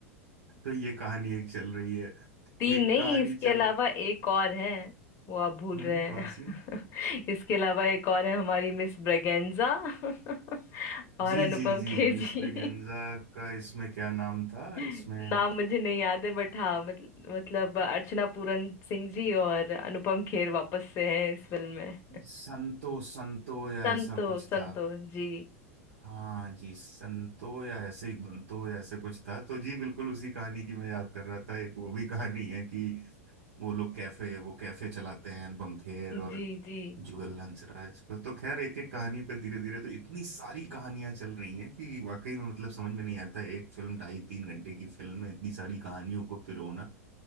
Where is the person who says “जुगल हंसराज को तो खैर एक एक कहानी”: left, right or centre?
Right